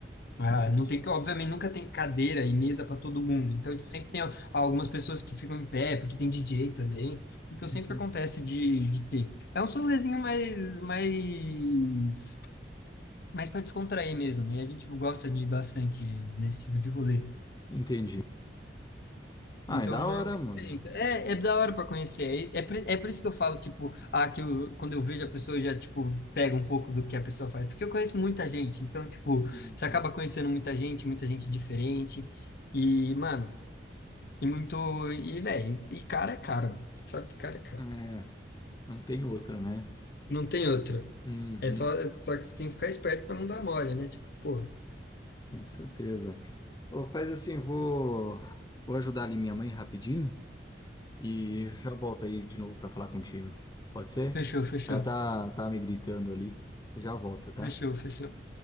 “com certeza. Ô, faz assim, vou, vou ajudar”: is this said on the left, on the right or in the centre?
Left